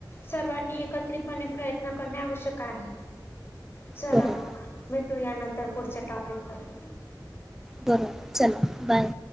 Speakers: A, on the left (about 30°); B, in the centre.
A: सर्वांनी एकत्रितपणे प्रयत्न करणे आवश्यक आहे. चला
B: बरोबर
A: मग भेटू यानंतर पुढच्या टॉपिक वर
B: बरं चला बाय